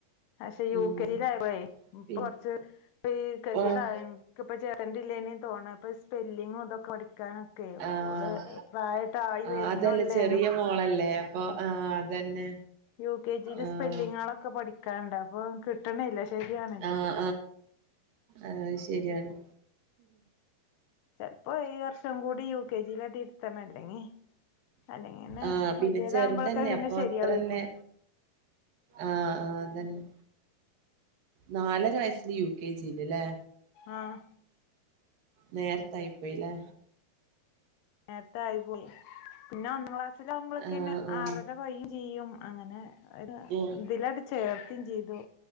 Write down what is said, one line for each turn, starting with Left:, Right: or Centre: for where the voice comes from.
Left: പക്ഷേ യു
Right: ഉം
Left: കെ ജിയിൽ ആയപ്പോഴെ ഇപ്പൊ
Right: പി
Left: കൊറച്ച് ഈ ഗതി
Right: ആഹ്
Left: ടായി. ഇപ്പ ചേർത്തണ്ടില്ലേന തോന്നാ. ഇപ്പോ സ്പെല്ലിങ്ങും തൊ- കൊടുക്കാനൊക്കെ
Right: ആഹ്
Left: ഓള് പ്രായം ട്ടായി
Right: ആഹ്
Left: വരനെള്ളേനും.
Right: അതല്ലേ ചെറിയ മോളല്ലേ അപ്പോ ആഹ് അതന്നെ.
Left: യു കെ ജില്
Right: ആഹ്
Left: സ്പെല്ലിങ്ങുകളൊക്കെ പഠിക്കാനുണ്ട്. അപ്പോ കിട്ടണില്ല. ശരിയാകുന്നില്ല
Right: ആഹ്
Left: അങ്ങോട്ട്.
Right: ആഹ് ശരിയാണ്..
Left: ചിലപ്പോ ഈ വർഷം കൂടി യു കെ ജി ൽ തന്നെ ഇരുത്തണം. അല്ലെങ്കി- അല്ലെങ്കിൽ പിന്നെ
Right: ആഹ് പിന്നെ
Left: വലിയതാകുമ്പോഴൊക്കെ
Right: ചെറുതല്ലേ
Left: പിന്നെ
Right: അപ്പൊ
Left: ശരിയാവുരിക്കും.
Right: അത്രല്ലേ ആഹ് ആഹ് അതന്നെ നാലര വയസിൽ യു കെ ജിലിലല്ലേ
Left: ആഹ്
Right: നേരത്തയിപ്പോയില്ലേ.
Left: നേരത്തെ ആയി പോയി പിന്നെ ഒന്ന് ക്ലാസ്സിലാവകുമ്പോക്കെന്നെ
Right: ആഹ് ആഹ്
Left: ആറര കഴിയും ചെയ്യും. അങ്ങനെ
Right: ഉം
Left: ഇതിൽ അങ്ങ്ട് ചേർത്തിം ചെയ്തു.